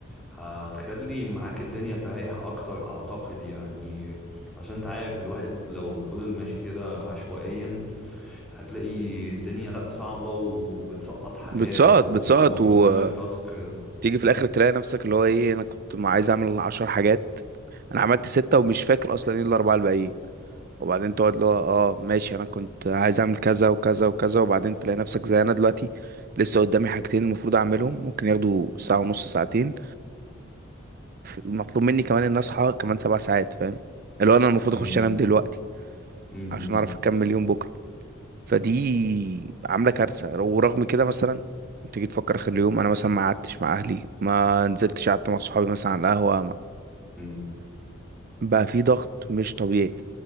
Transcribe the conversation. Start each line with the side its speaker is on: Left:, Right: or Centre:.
Centre: هتخلي معاك الدنيا تريح اكتر اعتقد يعني عشان انت عارف الواحد لو فضل ماشي كده عشوائيا هتلاقي الدنيا لا صعبة وبتسقط حاجات
Right: بتسقط
Centre: ويبقى
Right: بتسقط
Centre: مطلوب
Right: وتيجي
Centre: منك تاسك
Right: في الاخر تلاقي نفسك اللي هو ايه انا كنت ما عايز اعمل عشر حاجات انا عملت ستة ومش فاكر اصلا ايه الاربعة الباقيين وبعدين تقعد اللي هو اه ماشي انا كنت عايز اعمل كذا وكذا وكذا وبعدين تلاقي نفسك زي انا دلوقتي لسه قدامي حاجتين المفروض اعملهم ممكن ياخدوا ساعة ونص ساعتين ومطلوب مني كمان ان اصحى كمان سبع ساعات فاهم اللي هو انا المفروض
Centre: مم.
Right: اخش انام دلوقتي
Centre: مم.
Right: عشان اعرف اكمل يوم بكرة فدي عاملة كارثة ورغم كده مثلا تيجي تفكر اخر اليوم انا مثلا ما قعدتش مع اهلي ما نزلتش قعدت مع صحابي مثلا على القهوة
Centre: مم.
Right: بقى في ضغط مش طبيعي